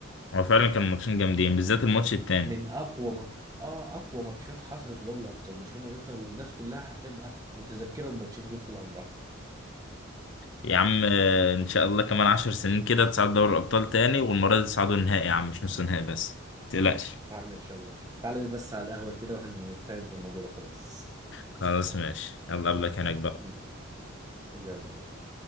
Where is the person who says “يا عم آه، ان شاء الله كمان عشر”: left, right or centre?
Left